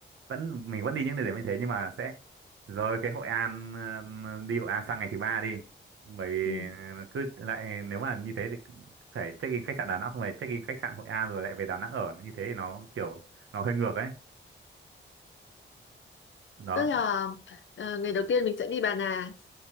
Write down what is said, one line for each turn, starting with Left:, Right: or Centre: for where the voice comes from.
Right: vẫn mình vẫn đi những địa điểm như thế nhưng mà sẽ rời cái Hội An ờ, đi Hội An sang ngày thứ ba đi. Bởi vì
Left: ừ.
Right: ờ, cứ lại nếu mà như thế thì cứ phải check-in khách sạn Đà Nẵng xong rồi check-in khách sạn Hội An rồi lại về Đà Nẵng ở như thế thì nó kiểu nó hơi ngược ấy. Đó.
Left: tức là ờ, ngày đầu tiên mình sẽ đi Bà Nà